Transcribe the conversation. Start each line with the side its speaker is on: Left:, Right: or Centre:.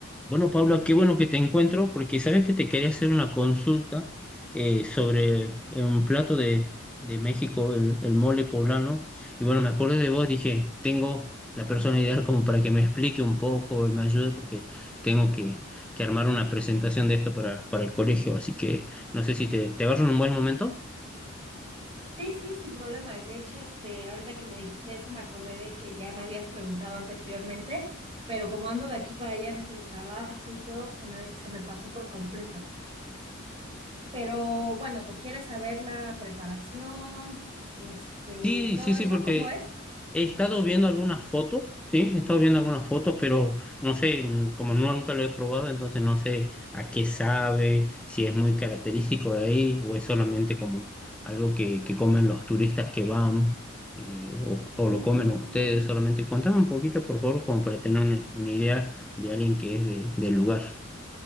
Centre: Bueno, Paula, qué bueno que te encuentro, porque sabes que te quería hacer una consulta eh, sobre un plato de, de México, el, el mole poblano. Y bueno, me acordé de vos, dije, tengo la persona ideal como para que me explique un poco y me ayude, porque tengo que, que armar una presentación de esto para, para el colegio. Así que no sé si te, te agarro en un buen momento.
Right: Sí, sí, sin problema. De hecho, este, ahorita que me dijiste eso, me acordé de que ya me habías preguntado anteriormente, pero como ando de aquí para allá entre el trabajo y todo, pues, se me, se me pasó por completo. Pero bueno, ¿quieres saber la preparación, este,
Centre: Sí,
Right: y todo
Centre: sí, sí,
Right: eso?
Centre: porque
Right: ¿Cómo es?
Centre: He estado viendo algunas fotos, sí, he estado viendo algunas fotos, pero no sé, mm, como no, nunca lo he probado, entonces no sé a qué sabe, si es muy característico de ahí o es solamente como algo que, que comen los turistas que van eh, o, o
Right: Mm,
Centre: lo comen ustedes solamente. Contame un poquito, por favor, como para tener una, una idea de alguien que es de- del lugar.